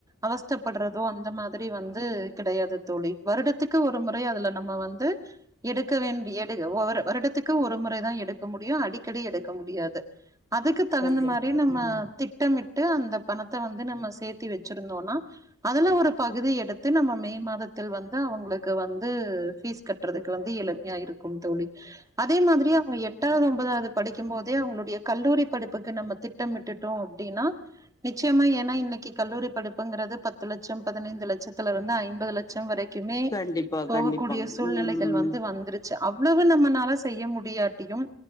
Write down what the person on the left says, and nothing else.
கண்டிப்பா
ம்
கண்டிப்பா
கண்டிப்பாங்க
ம்